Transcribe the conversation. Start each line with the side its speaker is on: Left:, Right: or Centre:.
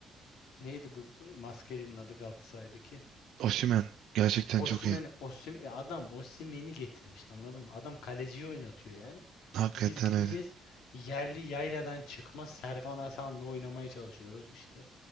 Left: neydi bu bu maskelinin adı Galatasaray'daki?
Right: Osimhen gerçekten
Left: Osimhen,
Right: çok iyi.
Left: Osim, e, adam Osimhen'i getirmiş. Anladın mı? Adam kaleciyi oynatıyor yani.
Right: Hakikaten
Left: Biz gideceğiz
Right: öyle.
Left: yerli yayladan çıkma Serkan Hasan'la oynamaya çalışıyoruz. İşte